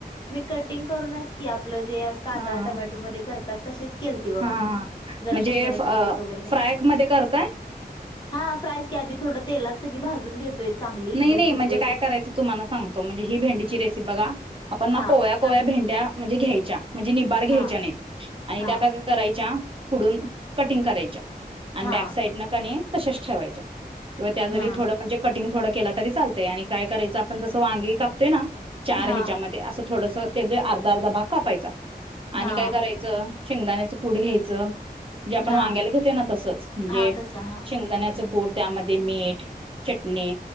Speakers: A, on the left; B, on the right.
A: मी कटिंग करूनच की आपलं जे अस कांदा
B: हा हा
A: टोमॅटोमध्ये करतात तसेच केलती बघा,
B: हा
A: जरा
B: म्हणजे
A: शेंगदाण्याच
B: फ्राय
A: कूट वगैरे घाल
B: मध्ये करता
A: हा फ्राईज की आधी थोडं तेलात सगळी भाजून घेतोय. चांगली एकदम
B: नाही नाही
A: कुरकुरीत
B: म्हणजे काय
A: अशी.
B: करायचं? तुम्हाला सांगतो म्हणजे ही भेंडीची रेसिपी बघा आपण
A: हा
B: ना कोळ्या कोळ्या
A: सांगा
B: भेंड्या
A: की
B: म्हणजे घ्यायच्या. म्हणजे निबार घ्यायच्या
A: हा
B: नाहीत आणि
A: हा
B: त्या का करायच्या पुुडून कटिंग करायच्या. आणि
A: हा
B: बॅक साइड न कनी तशेच ठेवायच्या किंवा त्या जरी
A: हा
B: थोडं म्हणजे कटिंग थोडं केला तरी चालतय आणि काय करायचं आपण जसं वांगी कापताय ना चार
A: हा
B: ह्याच्यामध्ये असं थोडस त्याचे अर्धा अर्धा भाग कापायचा
A: हा
B: आणि काय करायचं शेंगदाण्याचं कुट घ्यायचं. जे आपण
A: हा
B: वांग्याला घेतोय ना तसच म्हणजे
A: हा तसा हा हम्म
B: शेंगदाण्याच कुट त्यामध्ये मीठ, चटणी,